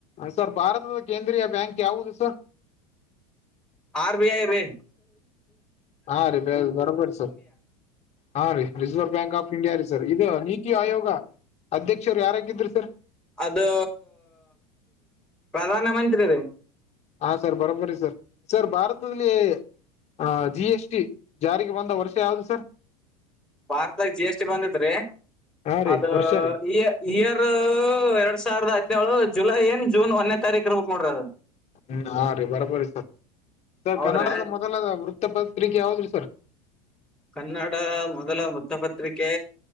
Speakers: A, on the left (about 35°); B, in the centre.
A: ಸರ್ ಭಾರತದ ಕೇಂದ್ರೀಯ ಬ್ಯಾಂಕ್ ಯಾವುದು ಸರ್
B: ಆರ್ ಬಿ ಐ ರೇ
A: ಹಾ ರ ಬ ಬರಬರ್ ಸ ಹಾ ರೀ ರಿಸರ್ವ್ ಬ್ಯಾಂಕ್ ಆಫ್ ಇಂಡಿಯಾ ರೀ ಸರ್ ಇದು ನೀತಿ ಆಯೋಗ ಅಧ್ಯಕ್ಷರು ಯಾರಾಗಿದ್ರು ಸರ್
B: ಅದು ಪ್ರಧಾನ ಮಂತ್ರಿ ರೀ
A: ಹಾ ಸರ್ ಬರೋಬ್ರರಿ ಸರ್ ಸರ್ ಭಾರತದಲ್ಲಿ ಆ ಜಿ ಎಸ್ಟಿ ಜಾರಿಗೆ ಬಂದ ವರ್ಷ ಯಾವದು ಸರ್
B: ಭಾರತಾಗ ಜಿ ಎಸ್ಟಿ ಬಂದತ್ ರೀ
A: ಹಾ ರೀ
B: ಅದ
A: ವರ್ಷ ರೀ
B: ಇಯ ಇಯರ್ ಎರಡ್ ಸಾವಿರದ ು ಜುಲೈ ಏನ್ ಜೂನ್ ಒಂದೇ ತಾರೀಕು ಇರ್ಬೇಕಕ್ ನೋಡ್ರಿ ಅದು.
A: ಹ್ಮ ಹಾ ರೀ ಬರಬ್ರರಿ ಸರ್ ಸರ್
B: ಹೌದ್ರೆ
A: ಕನ್ನಡದ ಮೊದಲ ವೃತ್ತ ಪತ್ರಿಕೆ ಯಾವ್ದ್ರಿ ಪ್ಪ
B: ಕನ್ನಡ ಮೊದಲ ವೃತಪತ್ರಿಕೆ